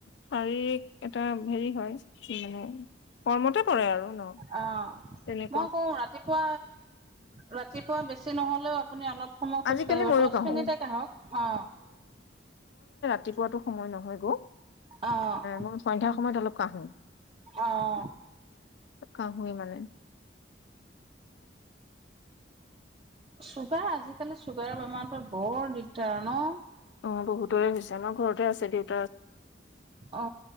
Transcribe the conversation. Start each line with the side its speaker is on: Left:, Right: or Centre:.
Left: শাৰীৰিক এটা হেৰি হয় মানে কৰ্মতে পৰে আৰু ন
Right: অ',
Left: তেনে
Right: মই কওঁ ৰাতিপুৱা ৰাতিপুৱা বেছি নহলেও আপু অলপ সময় খোজ
Left: আজিকালি
Right: কাঢ়িব
Left: ময়ো
Right: দহ
Left: কাঢ়ো
Right: মিনিটকে কাঢ়ক অ।
Left: ৰাতিপুৱটো সময় নয় হয় আকৌ
Right: অ',
Left: মই সন্ধ্যা সময়ত অলপ কঢ়ো
Right: অ',
Left: কঢ়োঁৱে মানে <inaudible>
Right: চুগাৰ আজিকালি চুগাৰৰ বেমাৰতে বৰ দিগদাৰ ন
Left: অ বহুতৰে হৈছে আমাৰ ঘৰতে আছে দেউ
Right: অ